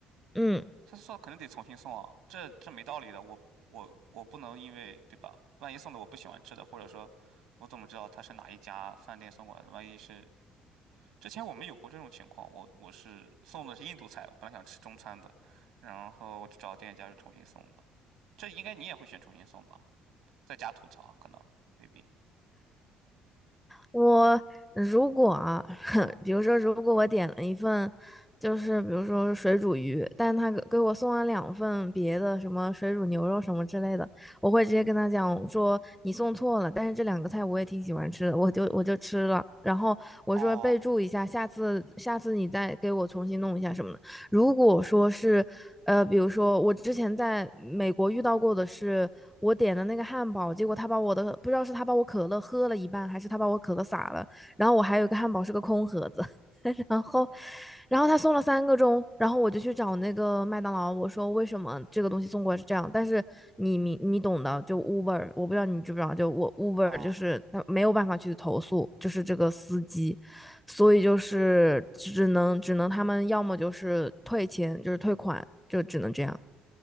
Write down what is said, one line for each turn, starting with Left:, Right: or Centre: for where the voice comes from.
Centre: 嗯，
Right: 菜送错了肯定得重新送啊，这这没道理的。我我我不能因为对吧？万一送的我不喜欢吃的，或者说我怎么知道他是哪一家饭店送过来的？万一是之前我们有过这种情况，我我是送的是印度菜，我本来想吃中餐的，然后我就找店家就重新送的。这应该你也会选重新送吧？在家吐槽可能未必
Centre: 我如果啊，<laughs>
Right: 啊，
Centre: 比如说，如果我点了一份，就是比如说水煮鱼，但他给给我送了两份别的什么水煮牛肉什么之类的，我会直接跟他讲说你送错了，但是这两个菜我也挺喜欢吃的，我就我就吃了。然后我说备注一下，
Right: 哦
Centre: 下次下次你再给我重新弄一下什么的。如果说是呃，比如说我之前在美国遇到过的是，我点的那个汉堡，结果他把我的不知道是他把我可乐喝了一半，还是他把我可乐洒了，然后我还有一个汉堡是个空盒子，<laughs> 然后，然后他送了三个钟，然后我就去找那个麦当劳，我说为什么这个东西送过来是这样，但是你你你懂的，就 Uber，我不知道你知不知道，就我 Uber
Right: 哦
Centre: 就是他没有办法去投诉，就是这个司机，所以就是只能只能他们要么就是退钱，就是退款，就只能这样。